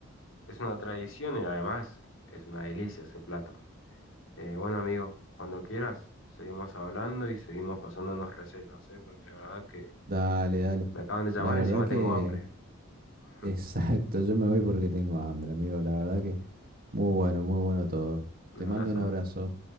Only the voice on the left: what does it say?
Es una tradición y además es una delicia ese plato. Eh, bueno, amigo, cuando quieras, seguimos hablando y seguimos pasándonos recetas, ¿eh? Porque la verdad que
me acaban de llamar,
encima
tengo hambre. <laughs>
Un
abrazo.